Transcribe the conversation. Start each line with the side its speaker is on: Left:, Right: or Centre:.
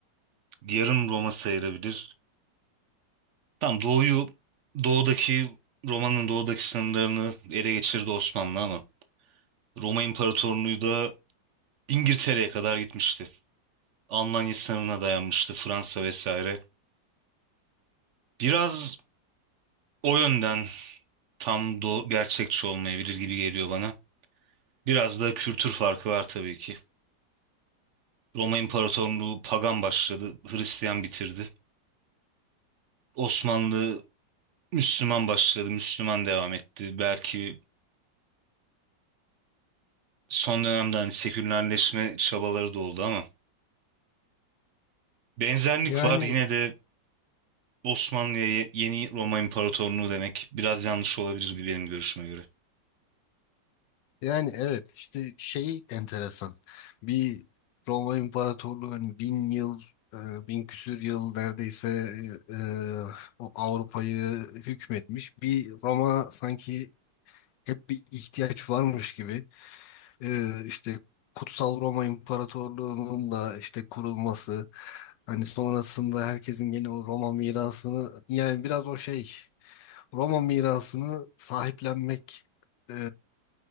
Right: Yarım Roma sayılabilir. Tam doğuyu doğudaki Roma'nın doğudaki sınırlarını ele geçirdi Osmanlı ama Roma İmparatorluğu da İngiltere'ye kadar gitmişti. Almanya sınırına dayanmıştı Fransa vesaire. Biraz o yönden tam do gerçekçi olmayabilir gibi geliyor bana. Biraz da kültür farkı var tabii ki. Roma İmparatorluğu pagan başladı, Hristiyan bitirdi. Osmanlı Müslüman başladı, Müslüman devam etti. Belki son dönemde hani sekülerleşme çabaları da oldu ama benzerlik
Left: Yani
Right: var. Yine de Osmanlı'ya ye- yeni Roma İmparatorluğu demek biraz yanlış olabilir bir benim görüşüme göre.
Left: Yani evet işte şey enteresan. Bir Roma İmparatorluğu hani bin yıl e, bin küsür yıl neredeyse e, o Avrupa'yı hükmetmiş. Bir Roma sanki hep bir ihtiyaç varmış gibi e, işte Kutsal Roma İmparatorluğu'nun da işte kurulması hani sonrasında herkesin gene o Roma mirasını yani biraz o şey Roma mirasını sahiplenmek e,